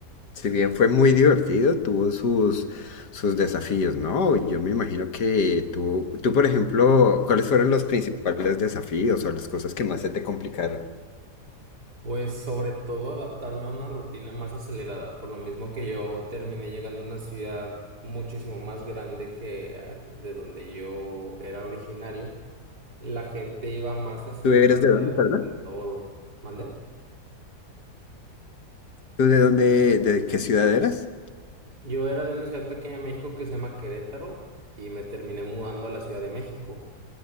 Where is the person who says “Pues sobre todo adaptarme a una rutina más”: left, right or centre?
Right